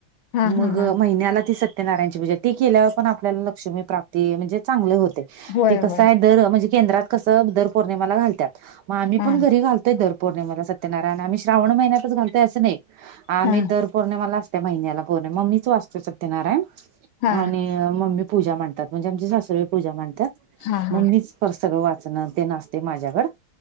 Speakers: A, on the left; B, on the right.
A: हा
B: मग
A: हा हा
B: महिन्याला ती सत्यनारायची पूजा ती केल्यावर पण आपल्याला लक्ष्मी प्राप्ती म्हणजे चांगली होते,
A: होय
B: ते कसं
A: होय
B: आहे दर म्हजे केंद्रात कसं दर पौर्णिमाला घालत्यात, मग आम्ही
A: हा
B: पण घरी घालतोय दर पौर्णिमाला सत्यनारायण आम्ही श्रावण महिन्यात घालतोय असं नाही, आम्ही
A: हा
B: दर पौर्णिमाला त्या महिन्याला <unintelligible> मग मीच वाचते सत्यनारायण
A: हा
B: आणि मग मी पूजा मांडतात, म्हणजे आमचे सासरे पूजा मांडतात,
A: हा
B: मग
A: हा
B: मीच पर सगळं वाचणं ते सगळं ते नसते माझ्यावर